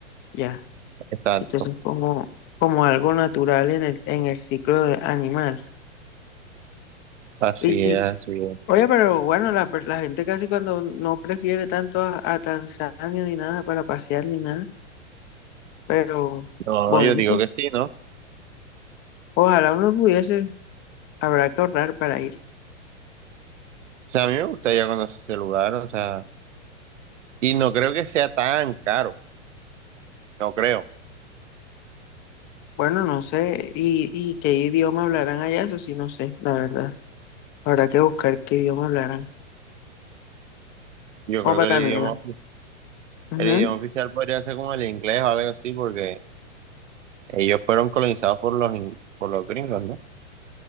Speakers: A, on the left (about 30°); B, on the right (about 75°).
A: ya.
B: Exacto,
A: Entonces, como, como algo natural en el, en el ciclo de- animal.
B: así
A: Y, y,
B: es, así es.
A: oye, pero bueno, la, per- la gente casi cuando no prefiere tanto a, a Tanzania ni nada para pasear ni nada, pero
B: No,
A: bueno,
B: yo digo que sí, ¿no?
A: ojalá uno pudiese, habrá que ahorrar para ir.
B: O sea, a mí me gustaría conocer ese lugar, o sea, y no creo que sea tan caro, no creo.
A: Bueno, no sé, y, y qué idioma hablarán allá, eso sí, no sé, la verdad. Habrá que buscar qué idioma hablaran.
B: Yo
A: Opa,
B: creo que
A: también.
B: el idioma, ofi-
A: Ujú,
B: el idioma oficial podría ser como el inglés o algo así, porque ellos fueron colonizados por los, in- por los gringos, ¿no?